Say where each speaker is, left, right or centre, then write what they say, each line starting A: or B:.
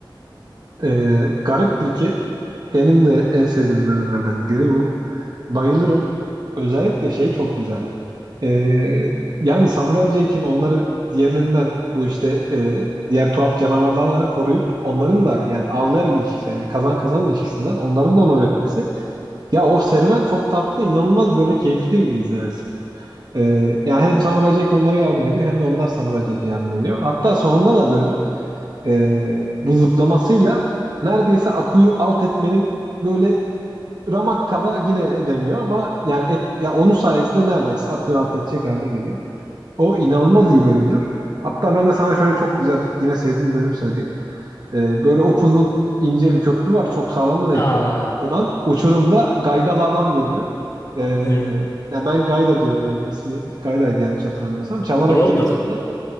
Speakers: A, on the right; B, on the left.
A: Ee, gariptir ki benim de en sevdiğim bölümlerden biri bu. Bayılırım. Özellikle şey çok güzel. Ee, yani Samuray Jack'in onları diğerlerinden bu işte e, diğer tuhaf canavarlardan koruyup onların da yani al-ver ilişkisi yani kazan kazan ilişkisinden onların da onu öğretmesi. Ya o serüven çok tatlı, inanılmaz böyle keyifliydi izlemesi. Ee, yani hem Samuray Jack onlara yardım ediyor hem de onlar Samuray Jack'e yardım ediyor. Hatta sonunda da bölümün e, bu zıplamasıyla neredeyse Aku'yu alt etmenin böyle Ramakkala yine edemiyor ama yani et, ya onun sayesinde neredeyse akıyor alt edecek hale geliyor. O inanılmaz iyi bölümdür. Hatta ben de sana şöyle çok güzel yine sevdiğim bölüm söyleyeyim. Ee, böyle upuzun ince bir köprü var. Çok sağlam da değil
B: Aa,
A: köprü. Tahtadan uçurumda gaydalı adam geliyor. Ee,
B: yani
A: ya ben Gayda diyorum hani ismi Gayda'ydı yanlış hatırlamıyorsam. Çalarak
B: doğrudur.
A: geliyor falan.